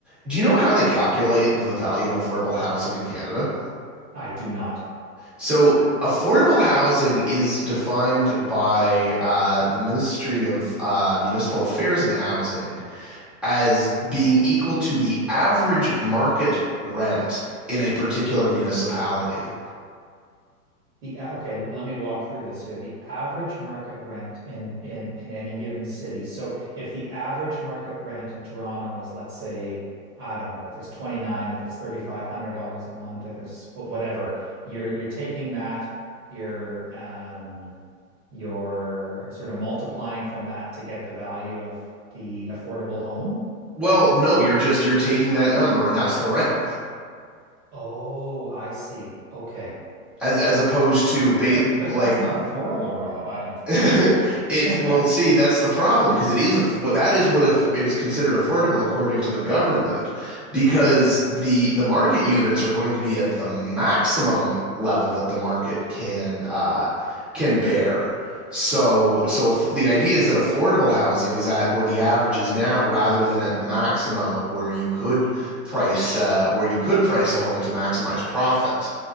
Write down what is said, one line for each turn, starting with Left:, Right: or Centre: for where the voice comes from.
Centre: Do you know how they calculate the value of affordable housing in Canada?
Right: I do not.
Centre: So, affordable housing is defined by uh, the Ministry of uh, Municipal Affairs and Housing as being equal to the average market rent in a particular municipality.
Right: The a- okay, let me walk through this here. The average market rent in in in any given city. So if the average market rent in Toronto is, let's say, I don't know, if it's 29, if it's $3,500 a month, if it's wh- whatever, you're you're taking that, you're um you're sort of multiplying from that to get the value of the affordable home.
Centre: Well, no, you're just you're taking that number and that's the rent,
Right: Oh, I see. Okay.
Centre: as as opposed to ba
Right: But but
Centre: like
Right: that's not affordable, Rob, I don't think.
Centre: <laughs> It's well,
Right: <laughs>
Centre: see, that's the problem because it is a well, that is what aff- it is considered affordable according to the government, because the the market units are going to be at the maximum level that the market can uh, can bear. So, so if the idea is that affordable housing is at where the average is now, rather than at the maximum of where you could price uh, where you could price a home to maximize profit.